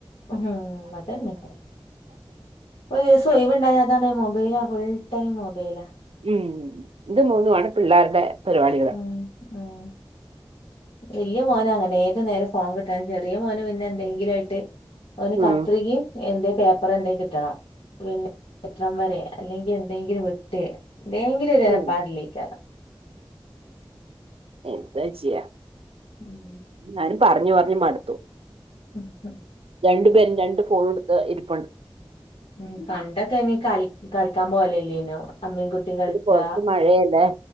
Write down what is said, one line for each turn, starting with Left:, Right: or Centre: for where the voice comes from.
Left: ഉം അതന്നെ ഒരു ദിവസം ഒഴവണ്ടായതാണ് മൊബൈൽ ഫുൾ ടൈം മൊബൈലാ
Right: ഉം ഇത് മൂന്നുമാണ് പിള്ളേരുടെ പരിപാടികള്
Left: ഉം ഉം വല്യ മോന് അങ്ങനെ ഏത് നേരം ഫോൺ കിട്ടണം ചെറിയ മോന് പിന്നെ എന്തെങ്കിലും ആയിട്ട് അവന്
Right: ഉം
Left: കത്രിക എന്ത പേപ്പർ എന്തെങ്കിലും കിട്ടണം പിന്നെ കിട്ടണം വരെ അല്ലെങ്കിൽ എന്തെങ്കിലും വേട്ട ഭയങ്കര ഒരു
Right: ഉം
Left: പാടില്ലേക്കാരോ
Right: എന്താ ചെയ്യാ
Left: ഉം
Right: എന്നാലും പറഞ്ഞു പറഞ്ഞു മടുത്തു
Left: ഉം ഹും
Right: രണ്ടു പേരും രണ്ട്ു ഫോള എടുത്ത് ഇരിപ്പുണ്ട്
Left: ഉ പണ്ടൊക്കെ ഇനി കള കളിക്കാൻ പോലല്ലേനോ അമ്മയും കുട്ടിയും കളിക്കട്ട
Right: ഇത് പുറത്ത് മഴയല്ലേ